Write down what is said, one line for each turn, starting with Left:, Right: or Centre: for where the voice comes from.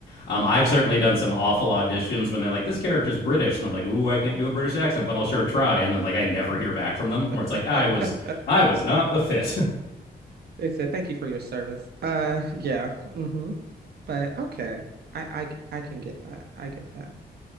Left: Um, I've certainly
Right: mhm.
Left: done some awful auditions when they're like, "This character's British," and I'm like, "Ooh, I can't do a British accent, but I'll sure try." And then like I never hear back from them. Where
Right: <laughs>
Left: it's like, "I was, I was not the fit."
Right: They said, thank you for your service. Uh, yeah. hmm But okay. I, I I can get that. I get that.